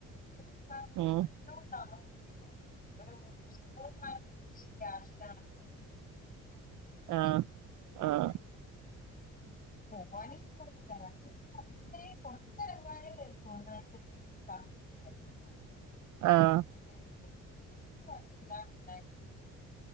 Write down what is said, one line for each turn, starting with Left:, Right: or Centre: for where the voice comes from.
Left: <unintelligible> ഏറ്റവും
Right: ഉം
Left: ലാസ്റ്റിലെ ഒരു മൂന്നോ നാലോ ദിവസം ഗ്യാസ്സിലാണ്
Right: ആഹ് ആഹ്
Left: പോവാനേ തോന്നൂല <unintelligible> ഇത്രയും പുറത്തിറങ്ങാനെ വരെ തോന്നാത്തൊരു സാഹചര്യമായിരുന്നു ഇത്രയും വെയില് കാണുമ്പോ
Right: ആഹ്
Left: തന്നെ ഡ്രസ്സ് ഇല്ലെങ്കില് വേണ്ടിയിലാന്നുള്ള